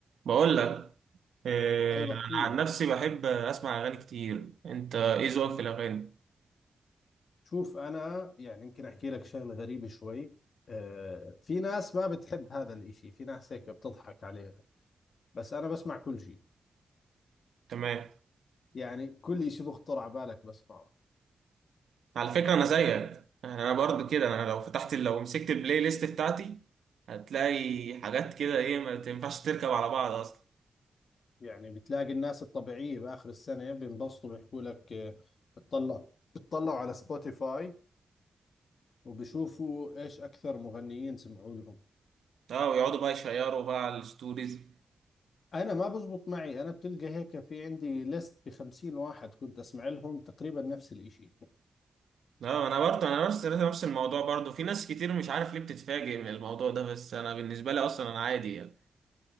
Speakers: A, on the right; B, on the left.
A: بقول لك آه،
B: ايوه
A: انا
B: احكي
A: عن
B: لي
A: نفسي بحب اسمع اغاني كتير انت ايه ذوقك في الاغاني
B: شوف انا يعني يمكن احكي لك شغله غريبه شوي آه، في ناس ما بتحب هذا الاشي في ناس هيك بتضحك عليها بس انا بسمع كل شيء
A: تمام
B: يعني كل اشي بخطر على بالك بسمعه
A: على فكره انا زيك يعني انا برضو كده انا لو فتحت لو مسكت البلاي ليست بتاعتي هتلاقي حاجات كده ايه ما تنفعش تركب على بعض اصلا
B: يعني بتلاقي الناس الطبيعيه باخر السنه بينبسطوا بيحكوا لك آه، بتطلع بتطلعوا على سبوتيفاي وبشوفوا ايش اكثر مغنيين سمعوا لهم
A: اه ويقعدوا بقى يشيروا بقى على الستوريز
B: انا ما بزبط معي انا بتلقى هيك في عندي ليست ب 50 واحد كنت اسمع لهم تقريبا نفس الاشي
A: اه انا برضو انا نفس نفس الموضوع برضو في ناس كتير مش عارف ليه بتتفاجئ من الموضوع ده بس انا بالنسبه لي اصلا انا عادي يعني.